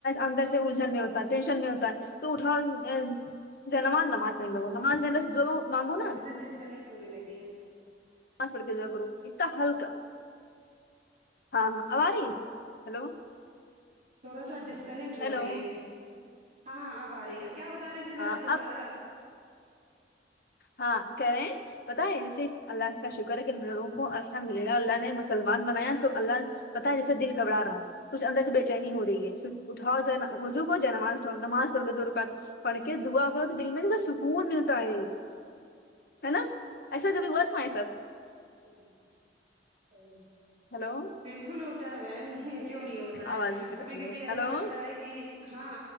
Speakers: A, on the left; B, on the right.
A: اندر سے الجن میں ہوتا ہے ٹینشن میں ہوتا ہے تو نہ
B: ہ
A: نماز نماز میں اللہ سے ضرور مانگو نا
B: نٹ ڈسکنیکٹ ہونے لگی ہے
A: <unintelligible> ہلکا ہاں ہاں اب اری ہلو
B: تھوڑا سا ڈسکنیکٹ ہو
A: ہیلو
B: رہی ہے ہاں ہاں اب آ رہی کیا بتا رہی تھے
A: آ،
B: ذرا دوبارہ
A: اب ہاں کرے پتہ ہے جے اللہ کا شکر ہے کہ ہم لوگوں کو الحمد للہ اللہ نے مسلمان بنایا تو اللہ پتا ہے جیسے دل گھبرا رہا ہوں سچھ اندر سے بےچینی ہو رہی ہے سچ اٹھؤ جا وضو کر لو نماز پڑ لو دو رکعت پڈ کے دعا کرو تو دل میں کتنا سکون ملتا ہے ہے نا ایسا کبھی ہوا تمھارے ساتھ
B: ہاں سی
A: ہلو
B: بالکل ہوتا ہے بہن کیوں نہیں ہوتا ہے
A: آواز بھی کٹ
B: کبھی
A: رہی
B: کبھی
A: ہے
B: ایسا
A: ہلو
B: لگتا ہے کہ ہاں